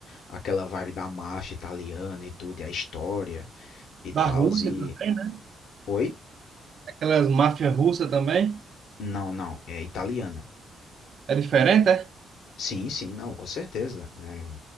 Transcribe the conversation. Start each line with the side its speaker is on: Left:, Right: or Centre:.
Left: aquela vibe da máfia italiana e tudo, e a história e tal.
Right: da Rússia
Left: E.
Right: também. né?
Left: Oi?
Right: Aquelas máfias russas também.
Left: Não, não, é italiana.
Right: É diferente, é?
Left: Sim, sim, não, com certeza. né?